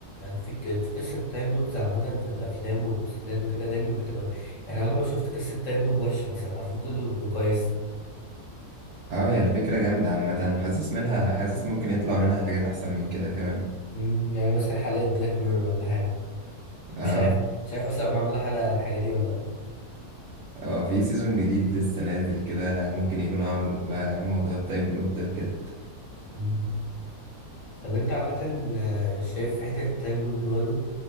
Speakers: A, on the left; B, on the right.
A: في ك- في قصة تايم لوبز عامة في الافلام والمسلسلات وكده دايما بتبقى يعني عمري ما شفت قصة تايم لوب وحشة مثلا على طول كله بيبقى كويس
B: اه هي الفكرة جامدة عامة أنا حاسس منها حاسس ممكن يطلع منها حاجات احسن من كده كمان
A: مم، يعني مثلا حلقة بلاك ميرور ولا حاجة
B: اه
A: مش عارف مش عارف اصلا معمولة حلقة على الحاجة دي ولا لأ
B: اه في سيزون جديد لسه نازل كده ممكن يكونوا عملوا في موضوع التايب لوب ده بجد
A: مم. طب انت عامة آه، شايف حتة التايم لوب دي برضه